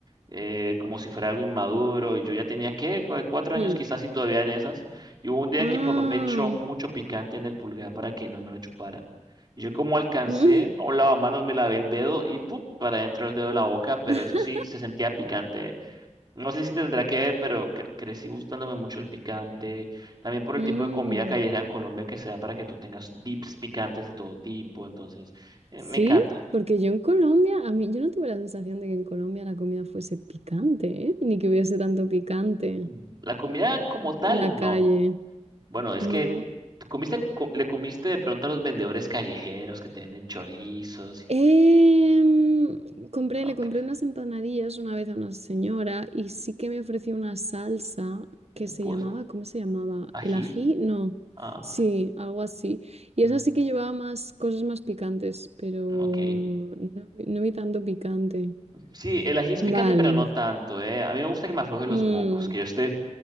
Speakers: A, on the right (about 35°); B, on the right (about 60°).
A: eh, como si fuera algo inmaduro. Y yo ya tenía, ¿qué? Cu- Cuatro años
B: Mm.
A: quizás y todavía en esas. Y hubo un día
B: Ah.
A: que mi papá me echó mucho picante en el pulgar para que no me lo chupara. Y yo como alcancé,
B: mm,
A: a un lavamanos me lavé el dedo y ¡pum! para dentro del dedo de la boca, pero
B: <laughs>
A: eso sí, se sentía picante. ¿eh? No sé si tendrá que ver, pero cre- crecí gustándome mucho el picante. También por el
B: mm.
A: tipo de comida callejera en Colombia que se da para que tú tengas dips picantes de todo tipo. Entonces, eh,
B: Sí,
A: me encanta.
B: porque yo en Colombia, a mí, yo no tuve la sensación de que en Colombia la comida fuese picante, ¿eh? Ni que hubiese tanto picante
A: Mm, La comida como tal,
B: en la calle.
A: no. Bueno, es
B: No.
A: que comiste, co- le comiste de pronto a los vendedores callejeros que te venden chorizos.
B: Em, compré,
A: y- No,
B: le compré
A: que,
B: unas empanadillas una vez a una señora y sí que me ofreció una salsa
A: bueno,
B: que se
A: pues,
B: llamaba, ¿cómo se llamaba?
A: ají.
B: ¿El ají? No.
A: Ah,
B: Sí,
A: pe-
B: algo así. Y
A: mm,
B: esa sí que llevaba más cosas más picantes, pero
A: mm, ok.
B: no, no vi tanto picante.
A: Sí, el ají es picante,
B: Vale.
A: pero no tanto, ¿eh? A mí me gusta que me afloje los
B: Mm.
A: mocos, que yo esté